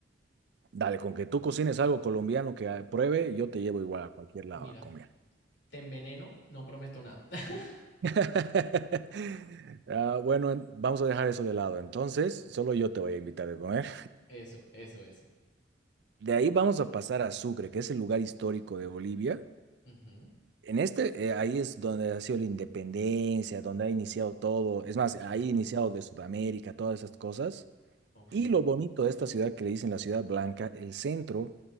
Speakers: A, on the right; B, on the left.
A: Dale, con que tú cocines algo colombiano que ah, pruebe, yo te llevo igual a cualquier lado
B: Mira,
A: a comer.
B: te enveneno, no prometo nada. <laughs>
A: <laughs> Ah, bueno, en- vamos a dejar eso de lado. Entonces, solo yo te voy a invitar a comer.
B: Eso, eso, eso.
A: De ahí vamos a pasar a Sucre, que es el lugar histórico de Bolivia.
B: Ujú.
A: En este, eh, ahí es donde ha sido la independencia, donde ha iniciado todo. Es más, ahí
B: Oh,
A: ha iniciado de Sudamérica, todas esas cosas.
B: ok.
A: Y lo bonito de esta ciudad que le dicen la Ciudad Blanca, el centro